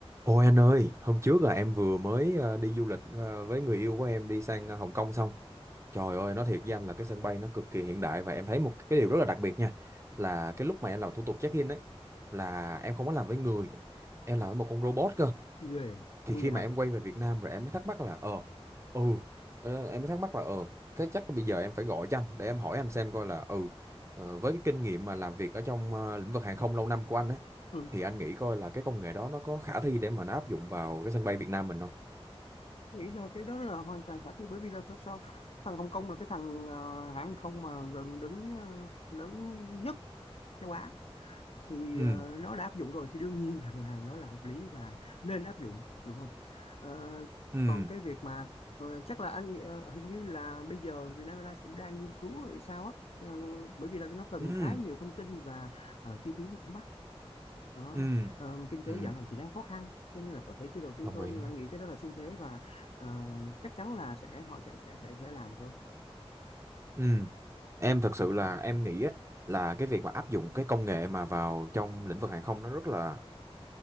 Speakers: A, on the right; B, on the left.
A: Ôi anh ơi, hôm trước là em vừa mới ờ, đi du lịch ờ, với người yêu của em đi sang ờ, Hồng Kông xong. Trời ơi, nói thiệt với anh là cái sân bay nó cực kỳ hiện đại và em thấy một cái điều rất là đặc biệt nha. Là cái lúc mà em làm thủ tục check-in ấy, là em không có làm với người, em làm với một con robot cơ
B: ghê
A: thì
B: ui
A: khi
B: vậy
A: mà
B: hả
A: em quay về Việt Nam rồi em mới thắc mắc là ờ ừ ờ, em mới thắc mắc là ờ thế chắc là bây giờ em phải gọi cho anh để em hỏi anh xem coi là ừ ờ, với cái kinh nghiệm mà làm việc ở trong ờ, lĩnh vực hàng không lâu năm của anh ấy
B: Ừ.
A: thì anh nghĩ coi là cái công nghệ đó nó có khả thi để mà nó áp dụng vào cái sân bay Việt Nam mình không
B: Nghĩ là cái đó là hoàn toàn khả thi bởi vì là sao sao thằng Hồng Kông là cái thằng ờ, hãng không mà gần đứng ờ, lớn nhất châu Á thì
A: ừ
B: ờ, nó đã áp dụng rồi thì đương nhiên <laughs> là, là nó là hợp lý và nên áp dụng đúng không? Ờ,
A: ừ
B: còn cái việc mà ờ, chắc là anh nghĩ- ờ, hình như là bây giờ Vietnam Airlines cũng đang nghiên cứu rồi sao á Ờ, bởi vì là nó cần
A: ừ
B: khá nhiều thông tin và ờ, chi phí nó cũng mắc đó
A: ừ
B: ờ, kinh tế
A: ừ
B: dạo này thì đang khó khăn cho nên là có thể chưa đầu tư
A: đồng
B: thôi
A: ý
B: nhưng mà em nghĩ cái đó là xu thế và ờ, chắc chắn là sẽ họ sẽ sẽ sẽ sẽ làm thôi
A: ừ em thật sự là em nghĩ á, là cái việc mà áp dụng cái công nghệ mà vào trong lĩnh vực hàng không nó rất là